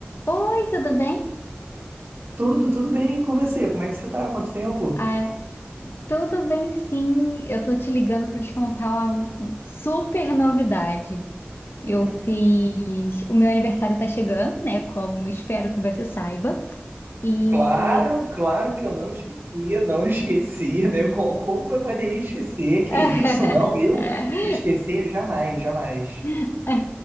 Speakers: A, on the left; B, on the right.
A: Oi, tudo bem?
B: Tudo, tudo bem com você? Como é que você tá? Quanto tempo?
A: Ah, tudo bem, sim. Eu tô te ligando para te contar uma super novidade. Eu
B: Hum,
A: fiz. O meu aniversário tá chegando, né? Como espero que você saiba. E.
B: Claro, claro que eu não esquecia, não esquecia, né? Co- Como eu poderia esquecer? Que
A: <laughs>
B: isso, não, eu esquecer jamais, jamais.
A: <laughs>